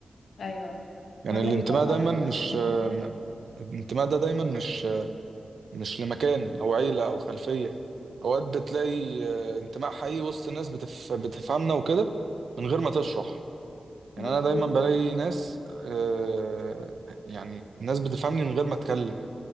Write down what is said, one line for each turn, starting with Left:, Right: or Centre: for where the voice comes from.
Left: ايوه
Right: يعني
Left: مهم
Right: الانتماء
Left: جدا فعلا
Right: دايما
Left: الكوميونيتي
Right: مش آه، الانتماء ده دايما مش مش لمكان او عيله او خلفيه اوقات بتلاقي آه، انتماء حقيقي وسط الناس بتف... بتفهمنا وكده من غير ما تشرح يعني
Left: مظبوط
Right: انا دايما بلاقي ناس آه، يعني ناس بتفهمني من غير ما اتكلم